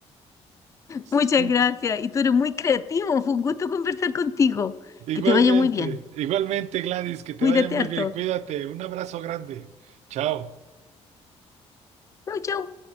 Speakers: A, on the right (about 75°); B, on the left (about 25°).
A: Su-
B: Muchas gracias. Y tú eres muy creativo. Fue un gusto conversar contigo.
A: Igualmente,
B: Que te vaya muy bien.
A: igualmente Gladys, que te
B: Cuídate
A: vaya muy
B: harto.
A: bien, cuídate, un abrazo grande, chao.
B: Chau, chau.